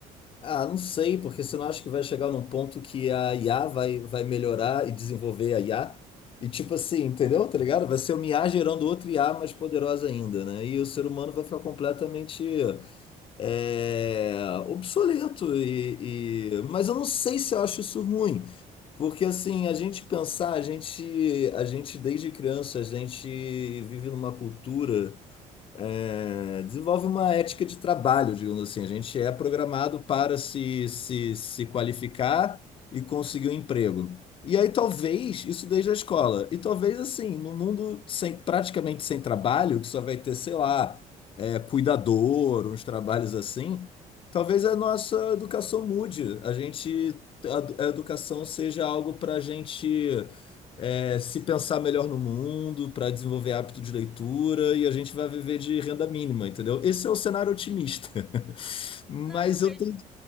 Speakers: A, on the left; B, in the centre.
A: Ah, não sei, porque você não acha que vai chegar num ponto que a IA vai, vai melhorar e desenvolver a IA? E tipo assim, entendeu? Tá ligado? Vai ser uma IA gerando outra IA mais poderosa ainda, né? E o ser humano vai ficar completamente é, obsoleto e, e- mas eu não sei se eu acho isso ruim, porque assim, a gente pensar, a gente a gente desde criança, a gente vive numa cultura é, desenvolve uma ética de trabalho, digamos assim. A gente é programado para se, se, se qualificar e conseguir um emprego. E aí, talvez, isso desde a escola. E talvez, assim, no mundo sem, praticamente sem trabalho, que só vai ter, sei lá, é, cuidador, uns trabalhos assim, talvez a nossa educação mude. A gente, a, a educação seja algo para a gente é, se pensar melhor no mundo, para desenvolver hábito de leitura e a gente vai viver de renda mínima, entendeu? Esse é o cenário otimista. <laughs> Mas
B: Não, eu vejo,
A: eu tenho,